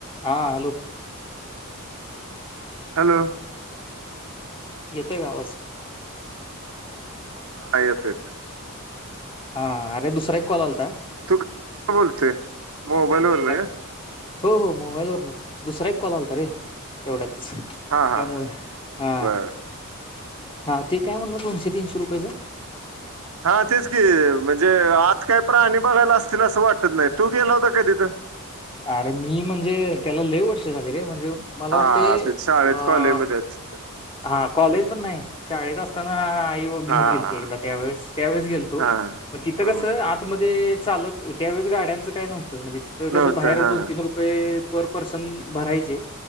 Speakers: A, on the left; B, on the right.
A: हां hello.
B: Hello.
A: येतोय का आवाज
B: हा येतोय येतोय.
A: हा अरे दुसरा एक कॉल आलता.
B: तू <unintelligible> बोलतोय. मोबाईलवर
A: काय
B: रे
A: हो हो मोबाईलवरूनच. दुसरा एक कॉल आला तर रे तेवढ्यातच त्यामुळ
B: हा हा
A: हा
B: बर
A: हा ते काय म्हणलं दोनशे तीनशे रुपयाचं?
B: हा तेच की म्हणजे आत काय प्राणी बघायला असतील असं वाटत नाही. तू गेला होता का तिथं?
A: अरे मी म्हणजे त्याला लय वर्ष झाले रे म्हणजे मला
B: हा
A: वाटते
B: ते शाळेत
A: अ
B: कॉलेजमध्येच
A: हा कॉलेज पण नाही, शाळेत असताना देव घेऊन
B: हा
A: गेलते
B: हा
A: एकदा त्यावेळेस, त्यावेळेस गेलतो
B: हा ह
A: मग तिथं कस आतमध्ये चालत त्यावेळेस गाड्यांचं काही नव्हतं म्हणजे तिथं
B: नव्हतं
A: कसं बाहेर
B: हा
A: दोन तीन रुपये पर पर्सन भरायचे